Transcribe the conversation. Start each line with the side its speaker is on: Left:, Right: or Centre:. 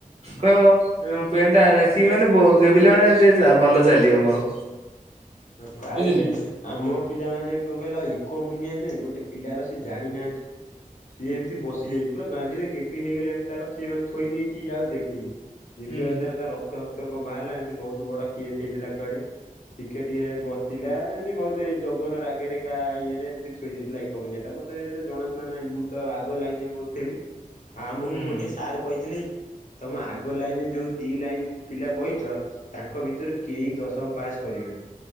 Right: କହିବ ପେନଟା ଲେଖିବି ମାନେ ଗେବିଲେ ମାନେ ଟିକେ ଚା ଭଲ ଚାଲିବ ମୋର।
Left: ପ୍ରାୟ
Right: ବୁଝିଲେ
Left: ବି ଆମ ପିଲାମାନେ ବି କଣ କହିଲ ଏକ ମୁନ ଗୋଟେ ପିଲାର ସେ ଜାଣିନାହାନ୍ତି। ସିଏ ଏମିତି ବସିଯାଇଚି ପୁରା ଗାଣ୍ଡିରେ ଗେବି ହେଇଗଲେଣି ତାର ସେମାନେ ଥୋଇ ଦେଇଛି ଇଏ ଆଉ ଦେଖିନି। ଗେବିବା
Right: ହୁଁ
Left: ଦ୍ୱାରା ତାର ରକ୍ତ କଣ ବାହାରିଲା ଏମିତି ବହୁତ ବଡ କେସ ହେଇଥିଲା କୁଆଡେ? ଟିକେଟ ଇଏରେ ବସିଥିଲା। ଏମିତି ବହୁତ ଏଇ ଜଗନ ରାଗରେ କା ଇଏରେ ଏମିତି ଥୋଇ ଦେଇଥିଲା ଏକ ମୁନିଆ ଟା। ମତେ ସେ ଏତେ ଜଣା ଶୁଣା ନାହିଁ। ମୁଁ ତ ଆଗ ଲାଇନରେ ବସୁଥିଲି । ହଁ ଆମକୁ
Right: ହୁଁ
Left: ଗୋଟେ ସାର୍ କହିଥିଲେ କି ତମ ଆଗ ଲାଇନ ରେ ଯୋଉ ଦି ଲାଇନ ପିଲା ବଇଚ ତାଙ୍କ ଭିତରୁ କେହି ଦଶମ ପାସ୍ କରିବେନି।